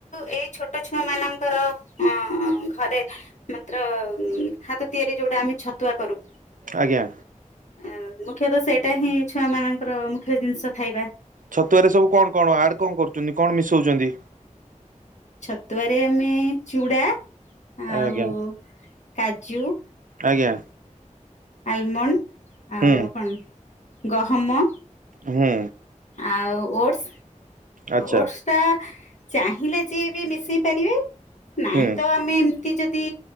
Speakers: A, on the left (about 65°); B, on the right (about 80°).
A: ଏଇ ଛୋଟ ଛୋଟ ଛୁଆ ମାନଙ୍କର ଅ ଘରେ ମାତ୍ର ହାତ ତିଆରି ଯୋଉଟା ଆମେ ଛତୁଆ କରୁ।
B: ଆଜ୍ଞା।
A: ଆ ମୁଖ୍ୟତଃ ସେଇଟା ହିଁ ଛୁଆ ମାନଙ୍କର ମୁଖ୍ୟ ଜିନିଷ ଖାଇବା।
B: ଛତୁଆରେ ସବୁ କଣ କଣ ଆଡ କଣ କରୁଛନ୍ତି କଣ ମିଶଉଛନ୍ତି।
A: ଛତୁଆରେ ଆମେ ଚୁଡା ଆଉ
B: ଆଜ୍ଞା
A: କାଜୁ।
B: ଆଜ୍ଞା
A: ଆଲମଣ୍ଡ।
B: ହୁଁ
A: ଆଉ କଣ? ଗହମ।
B: ହୁଁ।
A: ଆଉ ଓଟସ
B: ଆଚ୍ଛା
A: ଓଟସ ଟା। ଚାହିଁଲେ ଯିଏ ବି ମିଶେଇ ପାରିବେ। ନାଇଁ
B: ହୁଁ
A: ତ ଆମେ ଏମିତି ଯଦି